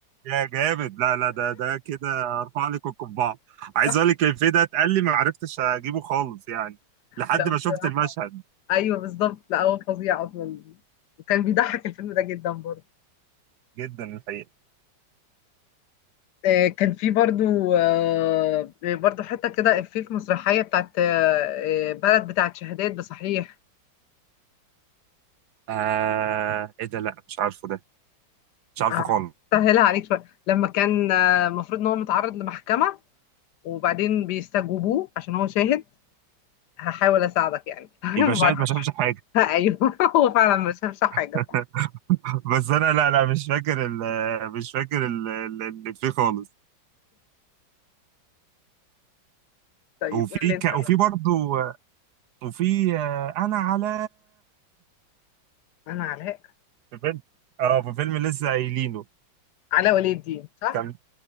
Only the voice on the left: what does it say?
صح
لا
بصراحه
ايوه بالظبط لا هو فظيع اصلا وكان بيضحك الفيلم ده جدا برضه
آه، كان في برضه آه، برضه حته كده إفيه في مسرحيه بتاعت آه، آه، بلد بتاعت شهادات بصحيح
آه،
سهلها عليك شويه لما كان آه، المفروض ان هو متعرض لمحكمه وبعدين بيستجوبوه عشان هو شاهد هحاول اساعدك يعني تمام
وبعدين
<laughs>
ايوه هو فعلا مش هفشح
حاجه
طيب
قول لي انت
بقى
انا علاء
علاء ولي الدين صح